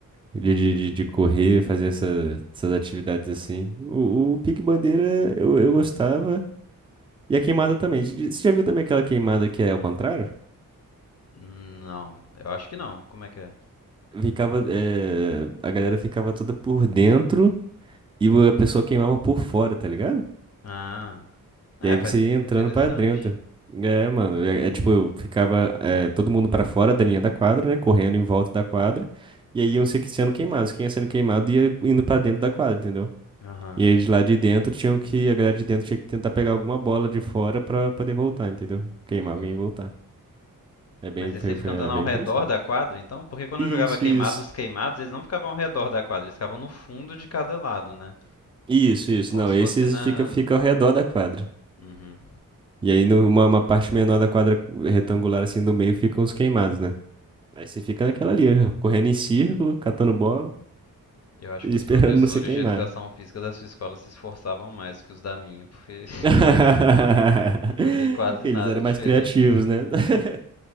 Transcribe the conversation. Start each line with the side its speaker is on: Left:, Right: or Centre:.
Right: De, de, de de correr, fazer essa, essas atividades assim. O, o pique-bandeira eu, eu gostava. E a queimada também. J- j- Você já viu também aquela queimada que é ao contrário?
Left: Não, eu acho que não. Como é que é?
Right: Ficava, eh, a galera ficava toda por dentro e o- a pessoa queimava por fora, tá ligado?
Left: Ah, é,
Right: E aí
Left: fa-
Right: você ia entrando
Left: interessante.
Right: pra dentro. É, mano, é, é tipo, eu ficava é, todo mundo pra fora da linha da quadra, né? Correndo em volta da quadra. E aí iam se que- sendo queimados. Quem ia sendo queimado ia indo pra dentro da quadra, entendeu?
Left: Aham,
Right: E aí de lá de dentro tinham que, a galera de dentro tinha que tentar pegar alguma bola de fora pra poder voltar, entendeu? Queimar
Left: uhum.
Right: alguém e voltar. É bem,
Left: Mas aí
Right: foi-
Left: você fica
Right: foi-
Left: andando
Right: é bem
Left: ao redor
Right: interessante.
Left: da quadra, então? Porque quando
Right: Isso,
Left: eu jogava queimado,
Right: isso.
Left: os queimados, eles não ficavam ao redor da quadra, eles ficavam no fundo de cada lado, né?
Right: Isso, isso.
Left: Como
Right: Não,
Left: se
Right: esses
Left: fosse na...
Right: fica, fica ao redor da quadra.
Left: Uhum.
Right: E aí, numa uma parte menor da quadra eh, retangular, assim, do meio, ficam os queimados, né? Aí você fica naquela ali, ó, correndo em círculo, catando bola
Left: Eu acho
Right: e
Left: que os
Right: esperando
Left: professores
Right: não ser queimado.
Left: de educação física da sua escola se esforçavam mais que os da minha, porque <laughs>
Right: <laughs>
Left: não joguei quase
Right: Eles
Left: nada
Right: eram
Left: diferente
Right: mais criativos,
Left: assim.
Right: né? <laughs>